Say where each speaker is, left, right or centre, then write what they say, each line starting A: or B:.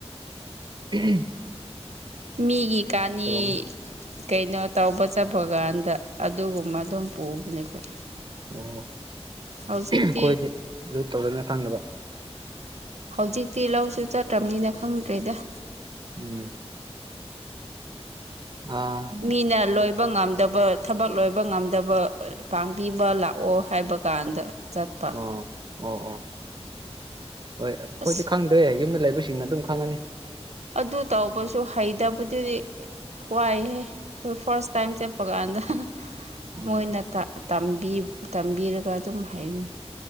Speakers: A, on the right; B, on the right.
A: ꯎꯝ
B: ꯃꯤꯒꯤ ꯀꯥꯅꯤ
A: ꯇꯧꯔꯝꯅꯤ
B: ꯀꯩꯅꯣ ꯇꯧꯕ ꯆꯠꯄ ꯀꯥꯟꯗ ꯗ ꯑꯗꯨꯒꯨꯝꯕ ꯑꯗꯨꯝ ꯄꯨꯕꯅꯦ ꯑꯩꯈꯣꯏ
A: ꯑꯣ
B: ꯍꯧꯖꯤꯛꯇꯤ
A: ꯑꯩꯈꯣꯏꯗꯤ ꯑꯗꯨ ꯇꯧꯗꯕꯅ ꯐꯪꯗꯅꯕ
B: ꯍꯧꯖꯤꯛꯇꯤ ꯂꯧꯁꯨ ꯆꯠꯇ꯭ꯔꯕꯅꯤꯅ ꯈꯪꯗ꯭ꯔꯦꯗ
A: ꯎꯝ ꯑꯥ
B: ꯃꯤꯅ ꯂꯣꯏꯕ ꯉꯝꯗꯦ ꯗꯕ ꯊꯕꯛ ꯂꯣꯏꯕ ꯉꯝꯗꯕ ꯄꯥꯡꯕꯤꯕ ꯂꯥꯛꯑꯣ ꯍꯥꯏꯕ ꯀꯥꯟꯗ ꯆꯠꯄ
A: ꯑꯣ ꯑꯣ ꯑꯣ ꯍꯣꯏ ꯑꯩꯈꯣꯏꯗꯤ
B: ꯑꯁ
A: ꯈꯪꯗ꯭ꯔꯦ ꯌꯨꯝꯗ ꯂꯩꯕꯁꯤꯡꯅ ꯑꯗꯨꯝ ꯈꯪꯉꯅꯤ
B: ꯑꯗꯨ ꯇꯧꯕꯁꯨ ꯍꯥꯏꯗ ꯑꯗꯨꯗꯨꯗꯤ ꯋꯥꯏꯍꯦ ꯑꯩꯈꯣꯏ ꯐꯥꯔꯁ ꯇꯥꯏꯝ ꯆꯠꯄ ꯀꯥꯟꯗ
A: ꯎꯝ
B: ꯃꯣꯏꯅ ꯇꯝꯕꯤ ꯇꯝꯕꯤꯔꯒ ꯑꯗꯨꯝ ꯍꯥꯏꯅꯤ